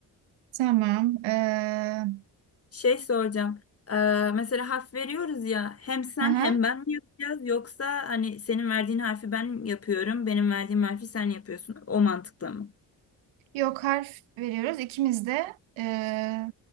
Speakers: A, on the right; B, on the left.
A: Tamam. Ee,
B: Şey soracağım. Ee, mesela harf veriyoruz ya. Hem sen
A: aha,
B: hem ben mi yapacağız? Yoksa hani senin verdiğin harfi ben yapıyorum. Benim verdiğim harfi sen yapıyorsun. O mantıkla mı?
A: Yok harf veriyoruz. İkimiz de e,